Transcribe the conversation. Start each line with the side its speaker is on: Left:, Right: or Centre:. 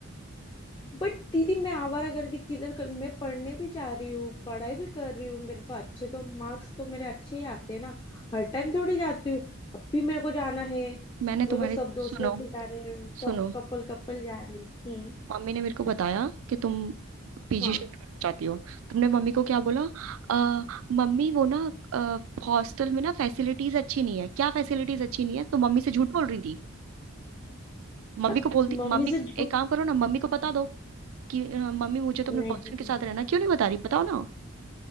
Left: बट दीदी मैं आवारागर्दी किधर कर मैं पढ़ने भी जा रही हूँ पढ़ाई भी कर रही हूँ मेरे तो अच्छे तो मार्क्स तो मेरे अच्छे ही आते हैं ना हर टाइम थोड़ी जाती हूँ अब भी मेरे को जाना है
Right: मैंने तुम्हारे
Left: मेरे को सब दोस्त
Right: सुनो
Left: लोग भी जा रहे हैं सब
Right: सुनो
Left: कपल कपल जा रहे हैं हम्म
Right: मम्मी ने मेरे को बताया कि तुम पीजी
Left: हाँ
Right: शिफ्ट करना चाहती हो तुमने मम्मी को क्या बोला आ, मम्मी वो ना हॉस्टल में ना फैसिलिटीज अच्छी नहीं है क्या फैसिलिटीज अच्छी नहीं है तो मम्मी से झूठ बोल रही थी मम्मी
Left: हाँ,
Right: को बोलती
Left: मम्मी
Right: मम्मी
Left: से झूठ
Right: एक काम करो ना मम्मी को बता दो कि अ, मम्मी मुझे तो अपने
Left: नहीं
Right: बॉयफ्रेंड के साथ रहना क्यों नहीं बता रही बताओ ना